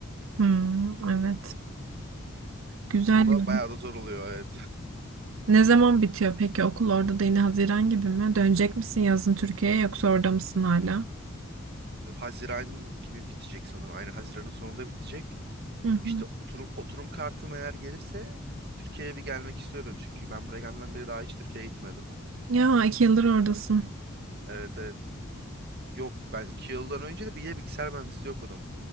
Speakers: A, on the right (about 70°); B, on the right (about 50°).
A: Hmm, evet. Güzel.
B: Olduğunda
A: ya.
B: bayağı da zor oluyor evet.
A: Ne zaman bitiyor peki okul orada da yine Haziran gibi mi? Dönecek misin yazın Türkiye'ye yoksa orada mısın hala?
B: <laughs> Haziran gibi bitecek sanırım. Aynen Haziran'ın sonunda bitecek.
A: Hı hı.
B: İşte oturum, oturum kartım eğer gelirse Türkiye'ye bir gelmek istiyorum. Çünkü ben buraya gelmeden beri daha hiç Türkiye'ye gitmedim.
A: Ya iki yıldır oradasın.
B: Evet evet. Yok ben iki yıldan önce de bir de bilgisayar mühendisliği okudum.